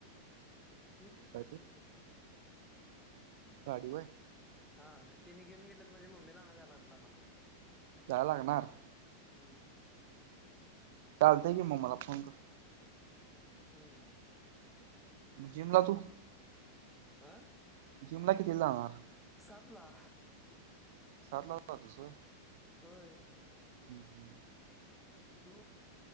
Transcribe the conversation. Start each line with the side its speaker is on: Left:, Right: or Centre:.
Centre: ठिऊन गेल्यात
Right: काय
Centre: का घिऊन
Right: ते
Centre: गेल्यात.
Right: गाडी वय.
Centre: हा, तनी घीऊन गेल्यात म्हझे मम्मीला आनाय जाया लागनार मला.
Right: जाया लागणार.
Centre: हम्म.
Right: चालतंय की मग मला फोन कर.
Centre: हम्म.
Right: जिमला तू,
Centre: आ
Right: जिमला किती जाणार.?
Centre: सातला.
Right: सातलाच जातुस वय.
Centre: होय.
Right: <inaudible>
Centre: तू.